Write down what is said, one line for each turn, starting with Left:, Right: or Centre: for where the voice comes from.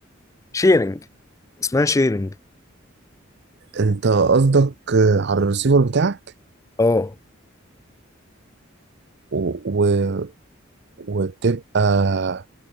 Left: شيرنج اسمها شيرنج
Right: انت قصدك آه، على الريسيفر بتاعك
Left: اه
Right: و... و... وبتبقى